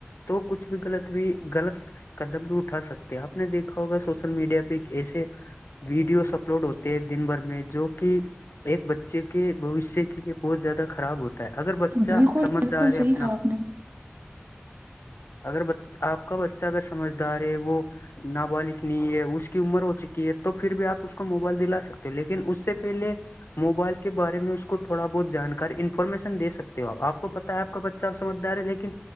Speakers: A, on the left (about 70°); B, on the right (about 55°).
A: تو کچھ بھی غلط بھی غلط قدم بھی اٹھا سکتے آپ نے دیکھا ہوگا سوشل میڈیا پہ ایک ایسے ویڈیوز اپلوڈ ہوتے ہیں دن بھر میں جو کہ ایک بچے کے بھوش کے لیے بہت زیادہ خراب ہوتا ہے اگر بچہ
B: بالکل
A: سمجھدار
B: بالکل
A: ہے
B: صحیح
A: اپنا
B: کہا آپ نے
A: اگر بچ آپ کا بچہ اگر سمجھدار ہے وہ نابالغ نہیں ہے اس کی عمر ہو چکی ہے تو پھر بھی آپ اس کو موبائل دلا سکتے ہو لیکن اس سے پہلے موبائل کے بارے میں اس کو تھوڑا بہت جانکاری انفارمیشن دے سکتے ہو آپ کو پتا ہے آپ کا بچہ اب سمجھدار ہے لیکن